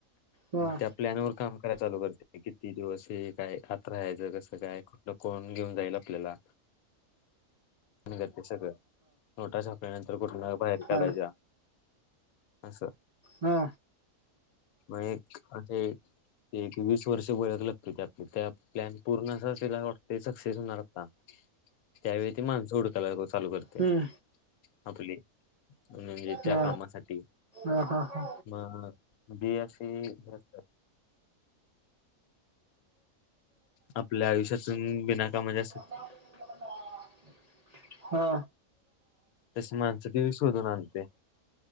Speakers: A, on the right; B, on the left.
A: हा
B: आणि
A: हा
B: त्या प्लॅनवर काम कराय चालू करते किती दिवस काय आत राहायच कसं काय डकन घेऊन जाईल आपल्याला मिळत ते सगळं नोटा छापल्यानंतर कुठन बाहेर काढायच्या
A: हा हा
B: असं
A: हा
B: मग एक असे ते वीस वर्ष वळक लागतोय ते आपल्या त्या प्लॅन पूर्ण अस तिला वाटते सक्सेस होणार आता त्यावेळी ती माणसं हूडकायला चालू करते
A: हम्म
B: आपले म्हणजे त्या
A: हा
B: कामासाठी
A: हा हा हा
B: म बीी अशी ख आपल्या आयुष्यातून बिनाकामा जास्त
A: हा हा
B: तस माणसं दि शोधून आणते